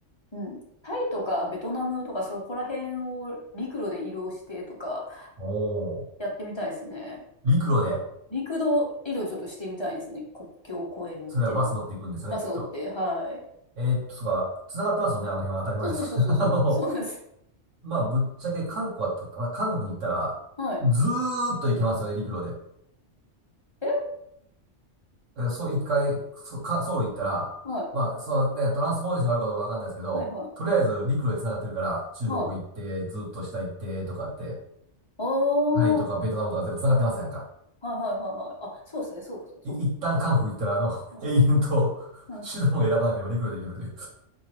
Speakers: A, on the left; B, on the right.
A: うん。タイとかベトナムとかそこら辺を陸路で移動してとか
B: おー。
A: やってみたいですね。
B: 陸路で、
A: 陸路移動ちょっとしてみたいですね。国境を越えるっていうのを。
B: それはバス乗っていくんですよね、
A: バス乗って、
B: きっと。
A: はい。
B: えーっと、そうか、繋がってますよね、あの辺は当たり前ですけど。
A: そうそうそうそうそう。
B: <laughs> あの
A: そうなんです。
B: まあ、ぶっちゃけ韓国はた、まあ韓国に行ったら、
A: はい。
B: ずーっと行けますよね、陸路で。
A: え
B: えそう、一回、そかソウル行ったら、
A: はい。
B: まあ、そのね、トランスポーテーションがあるかどうかわかんないですけど、
A: はいはい。
B: とりあえず陸路で繋がってるから、中国行って、
A: はい。
B: ずっと下行って、とかって、
A: ああ。
B: タイとかベトナムとか全部繋がってますやんか。
A: はいはいはいはい。あ、そうですね。そうかそうかそうか。
B: い、一旦韓国行ったら、あの、<laughs>
A: うん。
B: 永遠と
A: うん。
B: 手段を選ばなければ陸路で行けるという。